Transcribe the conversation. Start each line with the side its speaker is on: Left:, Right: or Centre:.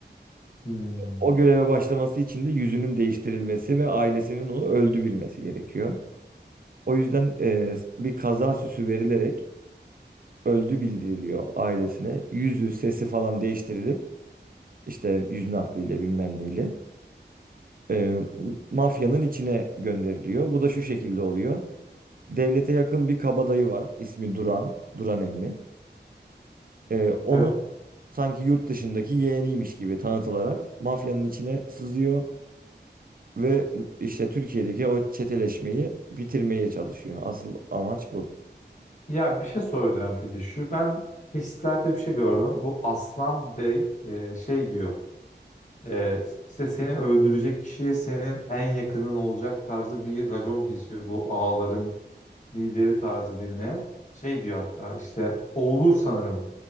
Left: Hmm.
Right: O göreve başlaması için de yüzünün değiştirilmesi ve ailesinin onu öldü bilmesi gerekiyor. O yüzden e, bir kaza süsü verilerek öldü bildiriliyor ailesine. Yüzü, sesi falan değiştirilip işte yüz nakliyle bilmem neyle e, mafyanın içine gönderiliyor. Bu da şu şekilde oluyor. Devlete yakın bir kabadayı var. ismi Duran, Duran emmi. Ee, onun
Left: Evet.
Right: sanki yurt dışındaki yeğeniymiş gibi tanıtılarak mafyanın içine sızıyor ve işte Türkiye'deki o çeteleşmeyi bitirmeye çalışıyor. Asıl amaç bu.
Left: Ya bir şey soracağım peki. Şu ben hislerde bir şey gördüm. Bu Aslan Bey e, şey diyor. E, işte seni öldürecek kişiye senin en yakının olacak tarzı bir racon kesiyor bu ağaların lideri tarzı birine. Şey diyor hatta işte oğlu sanırım.